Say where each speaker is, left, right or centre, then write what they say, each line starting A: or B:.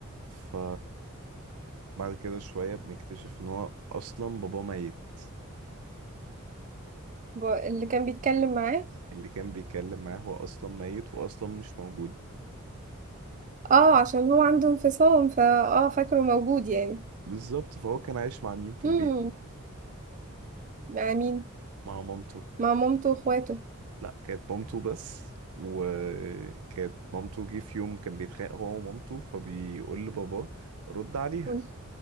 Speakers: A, on the right; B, on the right.
A: ف بعد كده شوية بنكتشف ان هو اصلا باباه ميت
B: ب- اللي كان بيتكلم معاه
A: اللي كان بيتكلم معاه هو اصلا ميت واصلا مش موجود
B: اه عشان هو عنده انفصام فا اه فاكره موجود يعني
A: بالظبط فهو كان عايش مع مين في
B: مم.
A: البيت
B: مع مين
A: مع مامته
B: مع مامته واخواته
A: لا كانت مامته بس وكانت مامته جه في يوم كان بيتخانق هو ومامته فبيقول لباباه رد عليها
B: مم.